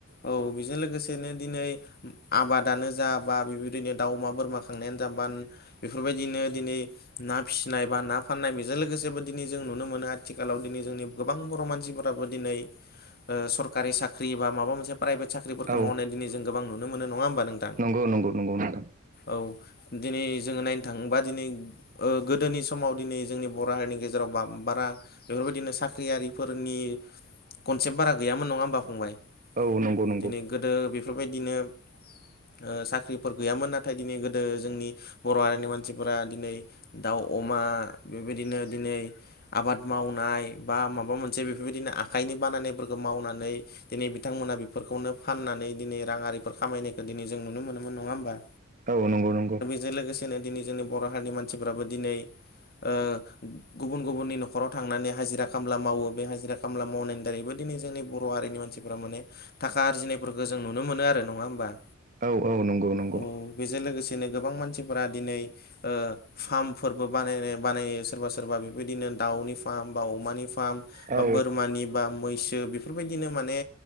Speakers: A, on the left; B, on the right.
A: औ बेजों लोगोसेनो दिनै आबादानो जा बा बेबायदिनो दाउ अमा बोरमा खांनायानो जा बा बेफोरबायदिनो दिनै ना फिसिनाय बा ना फाननाय बेजों लोगोसेबो दिनै जों नुनो मोनो आथिखालाव दिनै जोंनि गोबां बर' मानसिफोराबो दिनै ओ सरकारि साख्रि बा माबा मोनसे प्राइभेट साख्रिफोरखौ
B: औ
A: मावनाय दिनै जों गोबां नुनो मोनो नङा होनबा नों
B: नंगौ नंगौ नंगौ नोंथां
A: औ दिनै जोङो थाङोबा दिनै ओ गोदोनि समाव दिनै जोंनि बर' हारिनि गेजेराव बा बारा बेफोरबायदिनो साख्रियारिफोरनि कनसेप्ट बारा गैयामोन नङा होमबा फंबाय
B: औ नंगौ नंगौ
A: दिनै गोदो बेफोरबायदिनो ओ साख्रिफोर गैयामोन नाथाय दिनै गोदो जोंनि बर' हारिनि मानसिफोरा दिनै दाउ अमा बेबायदिनो दिनै आबाद मावनाय बा मोनसे बेफोरबायदिनो आखाइनि बानायनायफोरखौ मावनानै दिनै बिथांमोना बेफोरखौनो फाननानै दिनै राङारिफोर‌ खामयनाय दिनै जों नुनो मोनोमोन नङा होनबा
B: औ नंगौ नंगौ
A: जों लोगोसेनो दिनै जोंनि बर' हारिनि मानसिफ्राबो दिनै ओ गुबुन गुबुननि न'खराव थांनानै हाजिरा खामला मावो बे हाजिरा खामला मावनायनि दारैबो दिनै जोंनि बर' हारिनि मानसिफ्रा माने थाखा आरजिनायफोरखौ जों नुनो मोनो आरो नङा होमबा
B: औ औ नंगौ नंगौ
A: औ बेजों लोगोसेनो गोबां मानसिफोरा दिनै ओ फार्मफोरबो बानायनाय बानायो सोरबा सोरबा बेबायदिनो दाउनि फार्म बा अमानि फार्म
B: औ
A: बा बोरमानि बा मैसो बेफोरबायदिनो माने